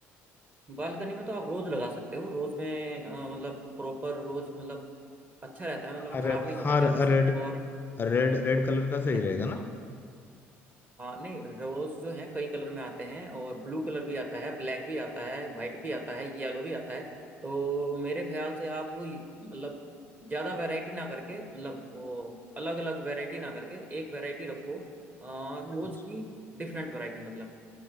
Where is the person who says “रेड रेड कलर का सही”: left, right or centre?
Left